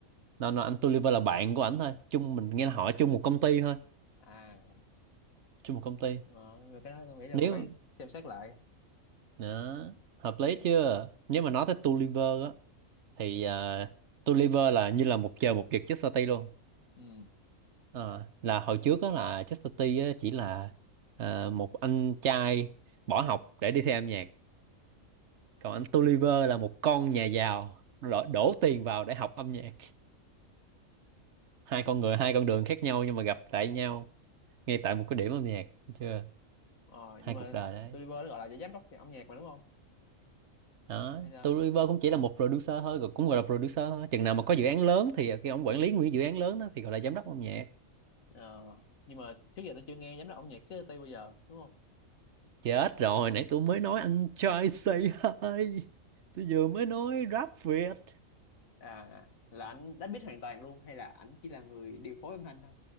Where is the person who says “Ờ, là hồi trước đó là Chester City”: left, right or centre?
Right